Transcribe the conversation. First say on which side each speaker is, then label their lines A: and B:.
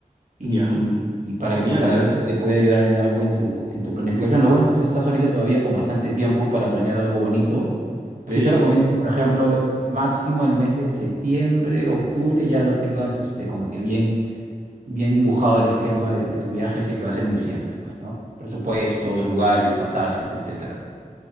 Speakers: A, on the right; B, on the right.
A: y,
B: Ya,
A: y para
B: genial.
A: que, para ver si te puede ayudar en algo en tu, en tu planificación. Lo bueno es que estás ahorita todavía con bastante tiempo para planear algo bonito, pero
B: Sí,
A: yo te recomiendo, por ejemplo, máximo el mes de septiembre, octubre, ya lo tengas este, como que bien, bien dibujado el esquema de, de tu viaje, si es que va a ser en diciembre, pues, ¿no? Presupuestos, lugares, pasajes, etcétera.